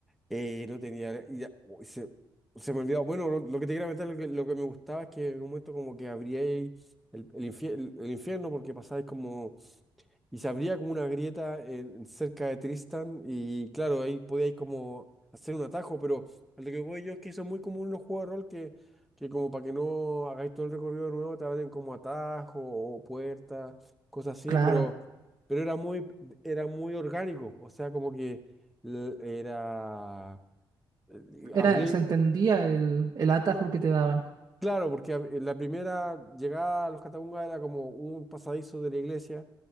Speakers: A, in the centre; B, on the right.
A: Eh, no tenía. y ya- uy, se, se me olvidó. Bueno, lo, lo que te quería comentar, lo que, lo que me gustaba es que en un momento como que abría el, el, infie- el- el infierno porque pasáis como. Y se abría como una grieta en- cerca de Tristan y claro, ahí podíais como hacer un atajo, pero lo que voy yo es que eso es muy común en los juegos de rol que, que como para que no hagáis todo el recorrido de nuevo, te abren como atajo o puertas, cosas así,
B: Claro,
A: pero, pero era muy, era muy orgánico. O sea, como que l- era eh,
B: era,
A: abrí-
B: se entendía el, el atajo que te daban,
A: claro, porque ab- la primera llegada a los Catacumbas era como un pasadizo de la iglesia,